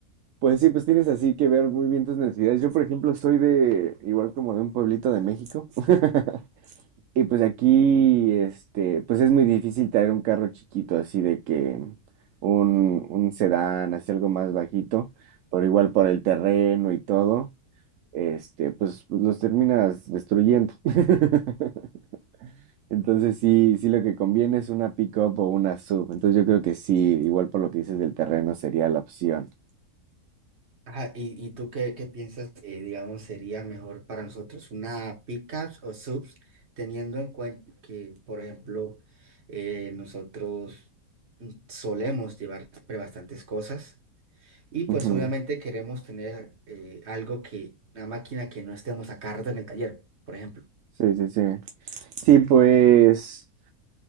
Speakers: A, on the right; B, on the right.
A: pues sí, pues tienes así que ver muy bien tus necesidades. Yo, por ejemplo, soy de, igual como de un pueblito de México. <laughs> Y pues aquí, este, pues es muy difícil traer un carro chiquito, así de que un, un sedán, así algo más bajito, pero igual por el terreno y todo, este, pues, pues los terminas destruyendo. <laughs> Entonces sí, sí lo que conviene es una pick-up o una sub. Entonces yo creo que sí, igual por lo que dices del terreno sería la opción.
B: Ajá, ¿y, y tú qué, qué piensas que, digamos, sería mejor para nosotros una pickups o subs, teniendo en cuenta que, por ejemplo, eh, nosotros mm, solemos llevar siempre bastantes cosas? Y pues
A: Ujú.
B: obviamente queremos tener eh, algo que, una máquina que no estemos a cargo en el taller, por ejemplo.
A: Sí, sí, sí. Sí, pues.